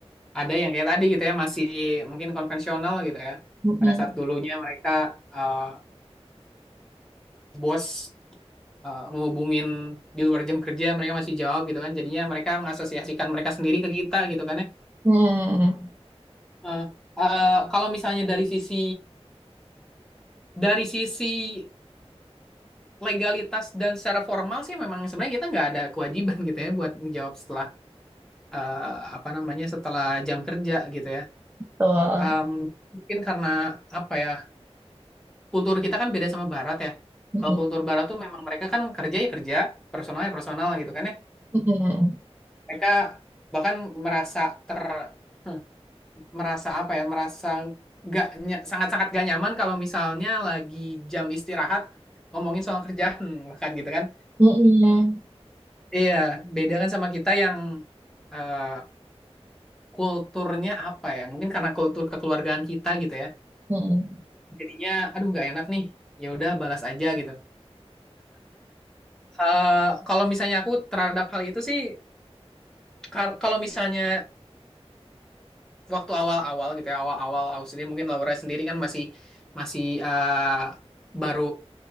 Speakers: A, in the centre; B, on the right.
A: Ada yang kayak tadi gitu ya masih mungkin konvensional gitu ya.
B: Hmm.
A: Pada
B: Hmm.
A: saat dulunya mereka eh, bos eh, ngehubungin di luar jam kerja mereka masih jawab gitu kan. Jadinya mereka mengasosiasikan mereka sendiri ke kita gitu kan ya
B: Hmm. Hmm.
A: Eh, eh, kalau misalnya dari sisi dari sisi legalitas dan secara formal sih memang sebenarnya kita nggak ada kewajiban gitu ya buat menjawab setelah eh, apa namanya setelah jam kerja gitu ya.
B: Betul.
A: Em, mungkin karena apa ya kultur kita kan beda sama Barat ya.
B: Mm-mm.
A: Kalau kultur Barat tuh memang mereka kan kerja ya kerja, personal ya personal gitu kan ya.
B: Mm-mm.
A: Mereka bahkan merasa ter hmm, merasa apa ya merasa nggak ny- sangat-sangat gak nyaman kalau misalnya lagi jam istirahat ngomongin soal kerjaan <laughs> bahkan gitu kan
B: Mm-mm.
A: iya beda kan sama kita yang eh, kulturnya apa ya mungkin karena kultur kekeluargaan kita gitu ya
B: Mm-mm.
A: jadinya aduh nggak enak nih ya udah balas aja gitu Eh, kalau misalnya aku terhadap hal itu sih kar- kalau misalnya waktu awal-awal gitu ya awal-awal aku sendiri mungkin Laura sendiri kan masih masih eh, baru